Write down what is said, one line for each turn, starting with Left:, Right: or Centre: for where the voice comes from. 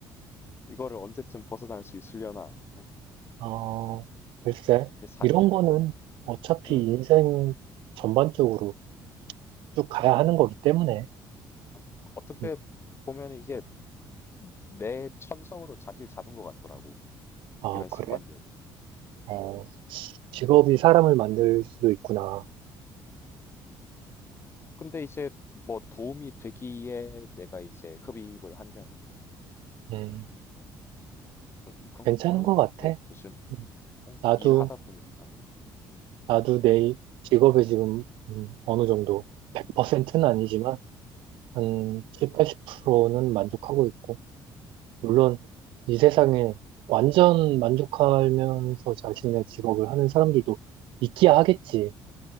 Left: 이거를 언제쯤 벗어날 수 있으려나 어?
Right: 어, 글쎄,
Left: 네, 이제 사
Right: 이런
Left: 년
Right: 거는 어차피
Left: 어음음
Right: 인생 전반적으로 쭉 가야 하는 거기 때문에.
Left: 그러니까 어떻게
Right: 음.
Left: 보면 이게 내 천성으로 자리를 잡은 것 같더라고
Right: 아,
Left: 이런 습관들이
Right: 그래? 어, 직업이 사람을 만들 수도 있구나.
Left: 근데 이제 뭐 도움이 되기에 내가 이제 흡입을 한 게 아니고
Right: 음,
Left: 그런 그런
Right: 괜찮은
Left: 그런
Right: 것
Left: 것 같아
Right: 같아.
Left: 요즘
Right: 음,
Left: 어,
Right: 나도,
Left: 일하다 보니까는 음,
Right: 나도 내 직업에 지금, 음, 어느 정도, 100%는 아니지만, 한
Left: 음,
Right: 7, 80%는 만족하고 있고, 물론, 이 세상에 완전
Left: 음.
Right: 만족하면서 자신의 직업을 하는 사람들도 있기야 하겠지.